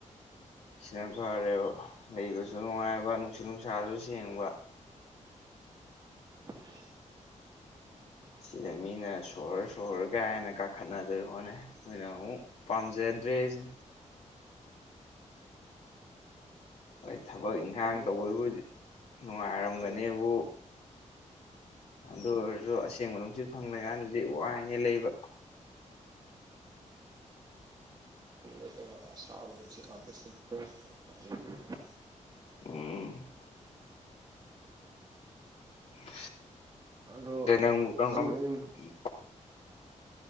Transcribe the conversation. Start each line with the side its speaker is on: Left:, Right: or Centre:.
Left: ꯁꯤꯅ ꯐꯔꯦꯕ ꯂꯩꯕꯁꯨ ꯅꯨꯡꯉꯥꯏꯕ ꯅꯨꯡꯁꯤꯠ ꯅꯨꯡꯁꯥꯁꯨ ꯁꯦꯡꯕ
Right: <inaudible>
Left: ꯁꯤꯗ ꯃꯤꯅ ꯁꯣꯔ ꯁꯣꯔꯍꯣꯔ ꯀꯩ ꯍꯥꯏꯅ ꯀꯥꯈꯠꯅꯗꯣꯏ ꯍꯣꯠꯅꯩ ꯑꯩꯈꯣꯏꯅ ꯑꯃꯨꯛ ꯄꯥꯝꯖꯗ꯭ꯔꯦ ꯑꯩꯁꯦ ꯍꯣꯏ ꯊꯕꯛ ꯏꯪꯈꯥꯡ
Right: ꯕ꯭ꯔꯣ
Left: ꯇꯧꯕꯕꯨꯗꯤ ꯅꯨꯡꯉꯥꯏꯔꯝꯒꯅꯦꯕꯨ
Right: ꯍꯣꯏ
Left: ꯑꯗꯨ ꯑꯣꯏꯔꯁꯨ ꯑꯁꯦꯡꯕ ꯅꯨꯡꯁꯤꯠ ꯐꯪꯗꯀꯥꯟꯗꯗꯤ ꯋꯥꯏꯅꯦ ꯂꯩꯕ
Right: ꯑ ꯁꯥꯕꯁꯤ <unintelligible>
Left: ꯎꯝ ꯅꯪꯪ
Right: ꯑꯗꯣ
Left: <unintelligible>
Right: ꯑꯌꯨꯛ ꯑꯌꯨꯛ